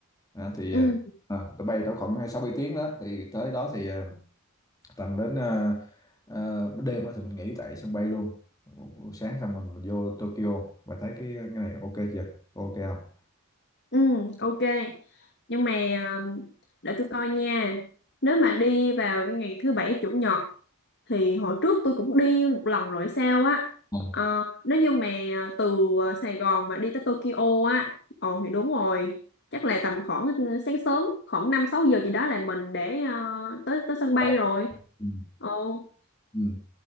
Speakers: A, on the left; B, on the left.
A: Đó, thì
B: ừ,
A: ờ, à, tôi bay đâu khoảng ờ, sáu bảy tiếng đó thì tới đó thì ờ, tầm đến ờ, ờ, đêm á thì mình nghỉ tại sân bay luôn sáng xong mình mình vô Tokyo và thấy cái cái này ok chưa ok không
B: ừ, ok. Nhưng mà um, để tôi coi nha. Nếu mà đi vào cái ngày thứ bảy chủ nhật thì hồi trước tôi cũng đi một lần rồi sao á.
A: Ừ.
B: Ờ, nếu như mà ờ, từ ờ, Sài Gòn mà đi tới Tokyo á, ồ thì đúng rồi. Chắc là tầm khoảng ừ, sáng sớm, khoảng 5 6 giờ gì đó là mình để ờ, tới tới sân bay
A: Tới-
B: rồi.
A: Ừ.
B: Ồ,
A: Ừ.